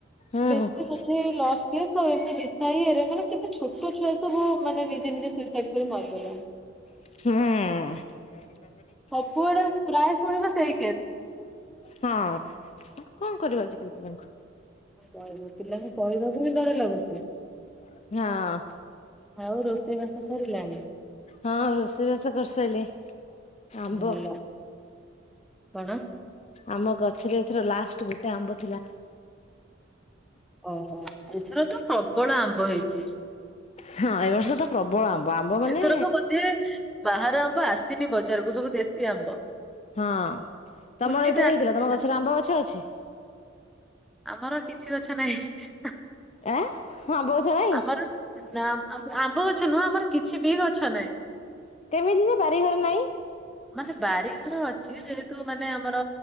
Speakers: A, on the left; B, in the centre.
A: ହୁଁ
B: ବେଶୀ
A: ହୁଁ
B: ସେ ଏଇ ଲଭ୍ କେସ୍ ରେ ଏମତି ନିଶା ଇଏରେ ମାନେ କେତେ ଛୋଟ ଛୁଆ ସବୁ ମାନେ ନିଜେ ନିଜେ ସୁଇସାଇଡ୍ କରି ମରିଗଲା।
A: ହୁଁ।
B: ସବୁଆଡେ ପ୍ରାୟ ଶୁଣିବ ସେଇ କେସ୍।
A: ହଁ ଆଉ କଣ କରିବ ଆଜିକାଲି ପିଲାଙ୍କୁ।
B: କହିବ ପିଲାଙ୍କୁ କହିବାକୁ ହିଁ ଡର ଲାଗୁଚି।
A: ହଁ।
B: ଆଉ ରୋଷେଇବାସ ସରିଲାଣି?
A: ହଁ ରୋଷେଇବାସ କରିସାରିଲେନି ଆମ୍ବ।
B: ଭଲ। କଣ
A: ଆମ ଗଛରେ ଏଥର ଲାଷ୍ଟ ଗୋଟେ ଆମ୍ବ ଥିଲା।
B: ଓହୋ ଏଥର ତ ପ୍ରବଳ ଆମ୍ବ ହେଇଚି।
A: ହଁ ଏ ବର୍ଷ ତ ପ୍ରବଳ ଆମ୍ବ। ଆମ୍ବ ମାନେ
B: ଏଥରକ ବୋଧେ ବାହାର ଆମ୍ବ ଆସିନି ବଜାରକୁ ସବୁ ଦେଶୀ ଆମ୍ବ।
A: ହଁ ତମର
B: କୁଚିତ
A: ଏଥିରେ
B: ଆସିଥିଲା
A: ହେଇଥିଲା। ତମ ଗଛରେ ଆମ୍ବ ଗଛ ଅଛି।
B: ଆମର କିଛି ଗଛ ନାହିଁ।
A: ଆଁ ହଁ ଆମ୍ବ ଗଛ ନାଇଁ
B: ଆମର ନା ଆମ୍ବ ଗଛ ନୁହଁ ଆମର କିଛି ବି ଗଛ ନାହିଁ।
A: କେମିତି ଯେ ବାରିଘର ନାଇଁ।
B: ମାନେ ବାରିଘର ଅଛି। ଯେହେତୁ ମାନେ ଆମର